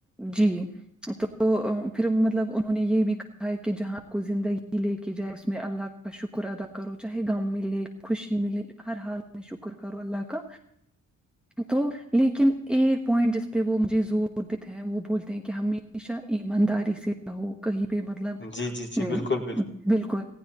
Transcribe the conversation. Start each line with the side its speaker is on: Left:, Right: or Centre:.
Centre: جی تو پھر مطلب انہوں نے یہ بھی کہا ہے کہ جہاںپ کو زندگی لے کے جائے اس میں اللہ کا شکر ادا کرو چاہے غم ملے خوشی ملے ہر حال شکر کرو اللہ کا تو لیکن ایک پوائنٹ جس میں وہ مجھے زور دیتے ہیں وہ بولتے ہیں کہ ہمیشہ ایمانداری سے نہ ہو کہیں پہ مطلب
Left: جی جی جی بالکل
Centre: بالکل